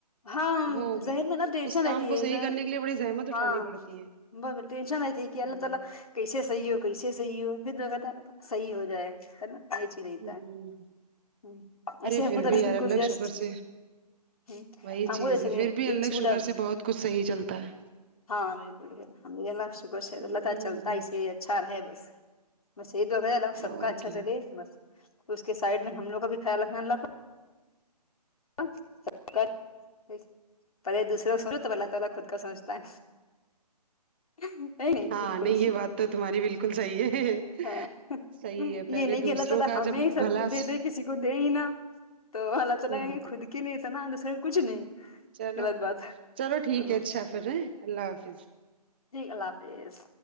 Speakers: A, on the left (about 60°); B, on the right (about 15°).
A: ہاں
B: وہ
A: ذہن میں نا ٹینشن
B: اس کام
A: رہتی
B: کو
A: ہے ایک
B: صحیح کرنے کے لیے بڑی زحمت اٹھانی
A: ہاں
B: پڑتی ہے
A: بابا ٹنشن رہتی کہ
B: ہوں
A: اللہ تعالی کیسے صحیح ہو کیسے صحیح ہو پھر اللہ تعالی کا صحیح ہو جائے ہے نا <unintelligible>
B: ہوں ارے پھر بھی یار
A: باکل
B: اللہ
A: جسٹ
B: شکر سے
A: ہ
B: وہی
A: ہم
B: چیز
A: خود ایسے
B: ہے
A: میں
B: پھر بھی اللہ
A: ایک سوٹ
B: شکر
A: اب
B: سے بہت کچھ صحیح چلتا ہے
A: ہاں بالکل ب اللہ شکر سے اللہ
B: ہ
A: تعالی چلتا ہے اسی اچھا رہے بس بس یہی دعا کریں اللہ سب
B: اور
A: کا اچھا
B: کیا
A: چلے بس اس کے سائڈ میں ہم لوگ کا بھی خیال رکھنا اللہ پاک <unintelligible> دوسرے کو سوچو تو اللہ تعالی خود کا سوچتا ہے نہیں نہیں
B: ہاں
A: بالکل
B: یہ
A: صحیح
B: بات تو تمہاری بالکل صحیح ہے
A: ہاں
B: صحیح ہے
A: یہ
B: پہلے
A: نہیں کہ
B: دوسروں
A: اللہ تعالی
B: کا
A: ہمیں
B: جب
A: ہی سب
B: بھلا
A: کو دے دے کسی کو دے ہی نا تو اللہ تعالی
B: ہاں
A: کہیں گے خود کے لیے اتنا دوسرے کچھ نہیں
B: چلو
A: غلط بات
B: چلو ٹھیک
A: ہاں
B: ہے اچھا پھر ہے اللہ حافظ
A: جی اللہ حافظ